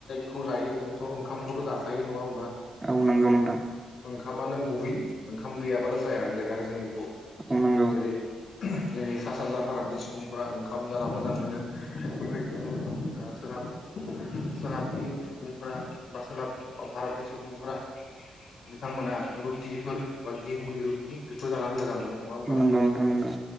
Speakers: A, on the left (about 60°); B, on the right (about 15°).
A: खौ जायो जोंथ' ओंखामखौथ' जाखायो नङा होमबा।
B: औ नंगौ नोंथां।
A: ओंखाम आनो गुबै ओंखाम गैयाबानो जाया होनजायो आरो जों बेखौ
B: औ नंगौ
A: जेरै जोंनि सा सानजा भारतनि सुबुंफोरा ओंखाम जाना मोजां मोनो बेबायदिनो ओ सोनाब सोनाबनि सुबुंफोरा बा सोनाब भारतनि सुबुंफोरा बिथांमोना रुटिफोर बा गेहुनि रुटि बेखौ जानानै मोजां मोनो नङा होमबा
B: नंगौ नोंथां नंगौ